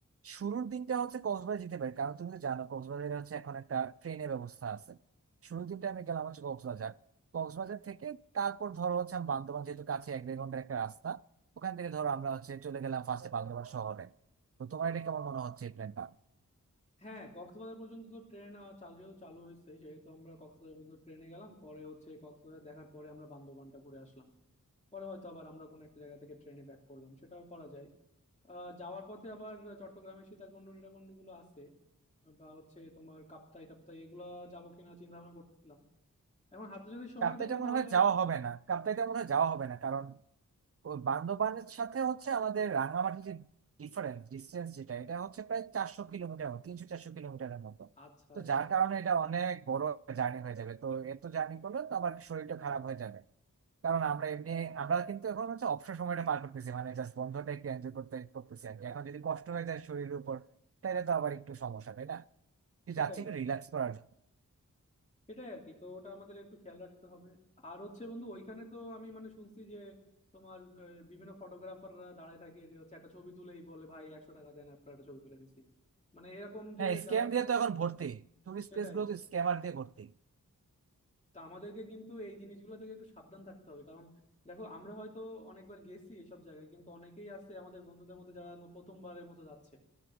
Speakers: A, on the right; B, on the left.
A: শুরুর দিনটা হচ্ছে কক্সবাজার যেতে পারি কারণ তুমি তো জানো কক্সবাজারে হচ্ছে এখন একটা ট্রেনের ব্যবস্থা আছে শুরুর দিনটা আমি গেলাম হচ্ছে কক্সবাজার কক্সবাজার থেকে তারপর ধরো হচ্ছে আমি বান্দরবান যেহেতু কাছে এক দেড় ঘন্টার একটা রাস্তা ওখান থেকে ধরো আমরা হচ্ছে চলে গেলাম ফার্স্টে বান্দরবান শহরে তো তোমার এটা কেমন মনে হচ্ছে এই প্ল্যানটা
B: হ্যাঁ কক্সবাজার পর্যন্ত তো ট্রেন চালু যেহেতু চালু হয়েছে সেহেতু আমরা কক্সবাজার পর্যন্ত ট্রেনে গেলাম পরে হচ্ছে কক্সবাজার দেখার পরে আমরা বান্দরবানটা ঘুরে আসলাম পরে হয়তো আবার আমরা কোনো একটা জায়গা থেকে ট্রেনে ব্যাক করলাম সেটাও করা যায় আহ যাওয়ার পথে আবার চট্টগ্রামের সীতাকুণ্ড টিটাকুণ্ড গুলো আছে বা হচ্ছে তোমার কাপ্তাই টাপ্তাই এগুলা যাবো কিনা চিন্তা ভাবনা করতেছিলাম এখন হাতে যদি সময়
A: কাপ্তাইটা
B: থাকে
A: মনে
B: তাহলে
A: হয় যাওয়া হবে না কাপ্তাইটা মনে হয় যাওয়া হবে না কারণ ওই বান্দরবানের সাথে হচ্ছে আমাদের রাঙামাটি যে ডিফারেন্স ডিস্টেন্স যেটা এটা হচ্ছে প্রায় চারশো কিলোমিটার মতো, তিনশো চারশো কিলোমিটারের মতো
B: আচ্ছা
A: তো
B: আচ্ছা
A: যার কারণে এটা অনেক বড় জার্নি হয়ে যাবে তো এত জার্নি করলে তো আবার শরীরটা খারাপ হয়ে যাবে কারণ আমরা এমনি আমরা কিন্তু এখন হচ্ছে অবসর সময়টা পার করতেছি মানে জাস্ট বন্ধটা একটু এনজয় করতে করতেছি আর কি। এখন যদি কষ্ট হয়ে যায় শরীরের উপর তাহলে তো আবার একটু সমস্যা তাই না তুই
B: সেটাই
A: যাচ্ছে একটু রিল্যাক্স করার জন্য
B: সেটাই আর কি তো ওটা আমাদের একটু খেয়াল রাখতে হবে আর হচ্ছে বন্ধু ওইখানে তো আমি মানে শুনছি যে তোমার আহ, বিভিন্ন ফটোগ্রাফাররা দাঁড়ায় থাকে যে হচ্ছে একটা ছবি তুলেই বলে ভাই একশো টাকা দেন আপনার একটা ছবি তুলে দিছি মানে এরকম যে
A: হ্যাঁ স্ক্যাম
B: যারা
A: দিয়ে তো এখন ভর্তি টুরিস্ট
B: সেটাই
A: প্লেস গুলো তো স্ক্যামার দিয়ে ভর্তি
B: তো আমাদেরকে কিন্তু এই জিনিসগুলো থেকে একটু সাবধান থাকতে হবে কারণ দেখো আমরা হয়তো অনেকবার গেছি এইসব জায়গায় কিন্তু অনেকেই আছে আমাদের বন্ধুদের মধ্যে যারা ন- প্রথমবারের মতো যাচ্ছে